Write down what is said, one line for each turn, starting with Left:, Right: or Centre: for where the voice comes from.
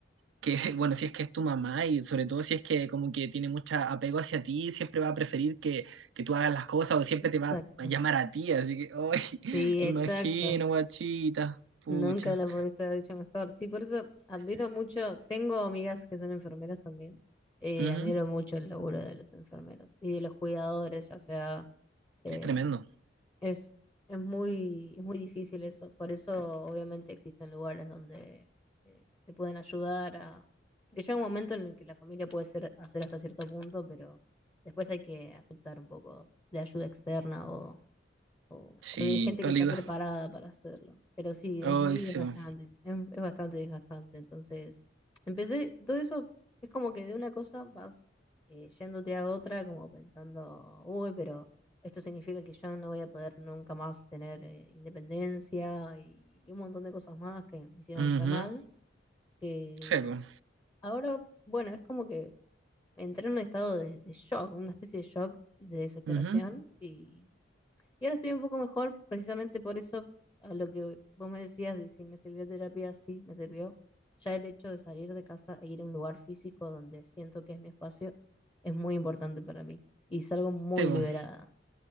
Right: que, <laughs> bueno, si es que es tu mamá y sobre todo si es que como que tiene mucho apego hacia ti, siempre va a preferir que, que tú hagas las cosas o siempre
Left: exacto,
Right: te va a llamar a ti, así que, hoy <laughs>
Left: sí,
Right: me
Left: exacto,
Right: imagino, guachita, pucha.
Left: Nunca lo pudiste haber dicho mejor. Sí, por eso admiro mucho, tengo amigas que son enfermeras también. eh,
Right: Ujú,
Left: admiro mucho el laburo de los enfermeros y de los cuidadores, ya sea, eh,
Right: Es tremendo.
Left: es, es muy, es muy difícil eso. Por eso obviamente existen lugares donde eh, te pueden ayudar a... Porque llega un momento en el que la familia puede ser, hacer hasta cierto punto, pero después hay que aceptar un poco de ayuda externa o,
Right: Sí,
Left: o de gente
Right: te
Left: que
Right: ayuda.
Left: está preparada para hacerlo. Pero sí,
Right: Ay,
Left: es muy
Right: sí.
Left: desgastante,
Right: po.
Left: es, es bastante desgastante. Entonces, empecé, todo eso es como que de una cosa vas eh, yéndote a otra, como pensando, uy, pero esto significa que yo no voy a poder nunca más tener eh, independencia y, y un montón de cosas más que me hicieron
Right: Ujú,
Left: re mal, que
Right: Sí, po.
Left: ahora, bueno, es como que entré en un estado de, de shock, una especie de shock y de desesperación
Right: Ujú,
Left: y y ahora estoy un poco mejor, precisamente por eso, a lo que vos me decías de si me sirvió terapia, sí, me sirvió. Ya el hecho de salir de casa e ir a un lugar físico donde siento que es mi espacio es muy importante para mí. Y salgo muy
Right: Sí, po.
Left: liberada,